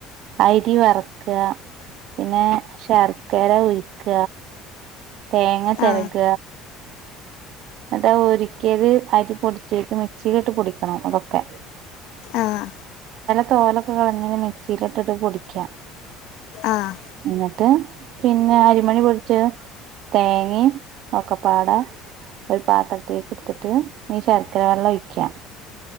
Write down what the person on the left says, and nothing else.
ആ
ആഹ്.
ആഹ്.